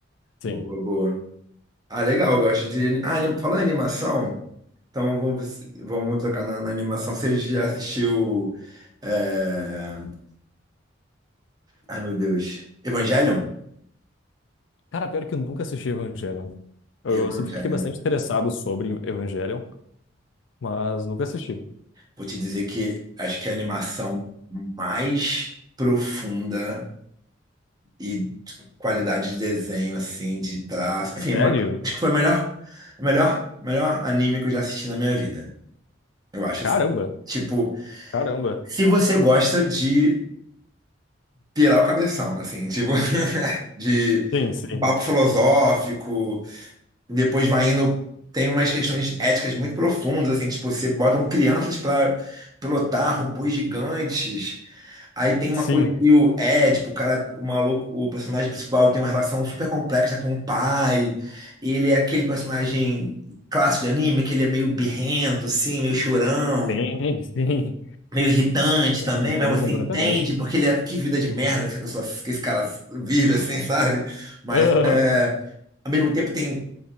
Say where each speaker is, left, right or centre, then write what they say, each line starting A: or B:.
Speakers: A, on the left (about 75°); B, on the right (about 20°).
A: sim.
B: Boa, boa. Ah, legal, eu gosto de. Ah, anim... falando em animação, então vamos, ver se- vamos tocar na, na animação. Você já assistiu. é, Ai, meu Deus. Evangelion?
A: Cara, pior que eu nunca assisti Evangelion. Eu
B: Evangelion.
A: sempre fiquei bastante interessado sobre Evangelion, mas nunca assisti.
B: Vou te dizer que acho que é a animação mais profunda e de qualidade de desenho, assim, de traço.
A: Sério?
B: Enfim, ma- acho que foi o melhor, o melhor, melhor anime que eu já assisti na minha vida. Eu acho
A: Caramba,
B: assim. Tipo,
A: caramba.
B: se você gosta de pirar o cabeção, assim, tipo, <laughs> de
A: Sim, sim.
B: papo filosófico, Depois vai indo, tem umas questões éticas muito profundas, assim, tipo, você botam crianças para pilotar robôs gigantes. Aí tem uma
A: Sim,
B: coisa que o Édipo, o cara, o maluco, o personagem principal tem uma relação super complexa com o pai. Ele é aquele personagem clássico de anime, que ele é meio birrento, assim, meio chorão,
A: sim, <laughs> sim.
B: meio irritante
A: Entendo
B: também, mas você
A: completamente.
B: entende porque ele é que vida de merda que essa pessoa, que esse cara vive, assim, sabe? Mas
A: Aham.
B: é, ao mesmo tempo tem